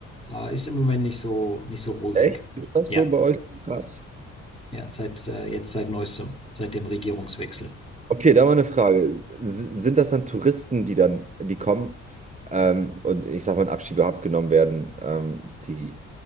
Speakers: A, on the left; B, on the right.
A: äh, ist im Moment nicht so, nicht so rosig.
B: Echt? Ist das
A: Ja,
B: so bei euch krass?
A: ja, seit äh, jetzt seit neuestem, seit dem Regierungswechsel.
B: Okay, da mal eine Frage. S- Sind das dann Touristen, die dann, die kommen ähm, und ich sag mal in Abschiebehaft genommen werden, ähm, die